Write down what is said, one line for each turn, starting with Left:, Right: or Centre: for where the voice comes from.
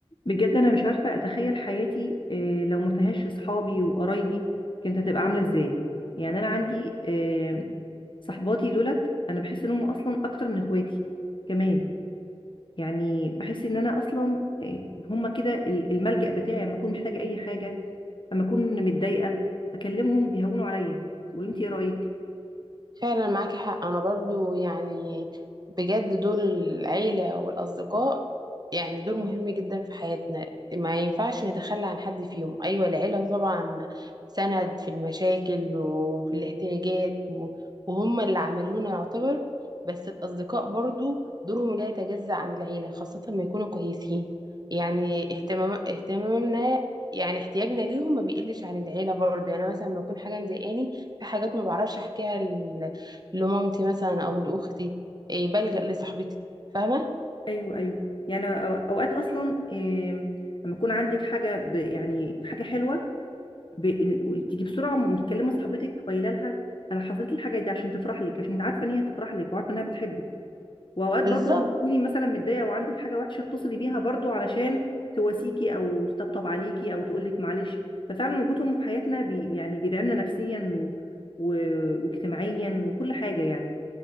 Left: بجد انا مش عارفه اتخيل حياتي آه، لو ما فيهاش اصحابي وقرايبي كانت هتبقى عامله ازاي يعني انا عندي آه، صحباتي دولت انا بحس ان هم اصلا اكتر من اخواتي كمان يعني بحس ان انا اصلا آه، هم كده ال- الملجأ بتاعي لما اكون محتاجه اي حاجه لما اكون متضايقه اكلمهم بيهونوا عليا قولوا انت ايه رايك
Right: فعلا معاكي حق انا برضو يعني بجد دور العيلة والاصدقاء يعني دور مهم جدا في حياتنا ما ينفعش نتخلى عن حد فيهم ايوه العيلة طبعا سند في المشاكل وفي الاحتياجات و- وهم اللي عملونا يعتبر بس الاصدقاء برضو دورهم لا يتجزأ عن العيلة خاصة ما يكونوا كويسين يعني اهتمام اهتمامنا يعني احتياجنا ليهم ما بيقلش عن العيلة برضو يعني أنا مثلا لما يكون حاجة مضايقاني في حاجات ما بعرفش احكيها لمامتي مثلا او لاختي إيه بلجأ لصاحبتي فاهمه
Left: ايوه ايوه يعني أو- اوقات اصلا آه، لما يكون عندك حاجه ب- يعني حاجه حلوه ب... ال- تيجي بسرعه متكلمه صاحبتك قايله لها انا حصلت لي الحاجه دي عشان تفرح لك عشان انت عارفه ان هي هتفرح لك وعارفه انها بتحبك واوقات
Right: بالظبط
Left: برضه لما تكوني مثلا متضايقه او عندك حاجه وحشه اتصلي بيها برضه علشان تواسيكي او تطبطب عليكي او تقول لك معلش ففعلا وجودهم في حياتنا بي... يعني بيدعمنا نفسيا و... و... واجتماعيا وكل حاجه يعني